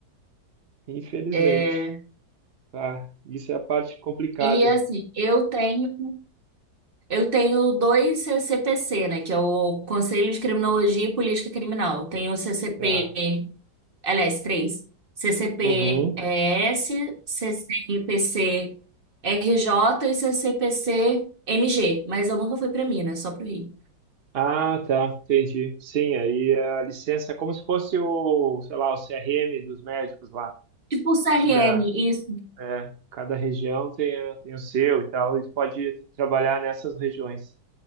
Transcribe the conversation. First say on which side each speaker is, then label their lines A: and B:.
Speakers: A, on the right; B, on the right.
A: Infelizmente.
B: É,
A: Tá, isso é a parte complicada.
B: e assim, eu tenho eu tenho dois CCPC, né? Que é o Conselho de Criminologia e Política Criminal. Tenho o CCP,
A: Tá.
B: aliás, três. CCP-ES,
A: Uhum.
B: CCPC RJ e CCPC MG. Mas eu nunca fui pra Minas, só pro Rio.
A: Ah, tá, entendi. Sim, aí é a licença é como se fosse o, sei lá, o CRM dos médicos lá.
B: Tipo o CRM,
A: Cada,
B: isso.
A: é, cada região tem, a- tem o seu e tal. Eles podem trabalhar nessas regiões.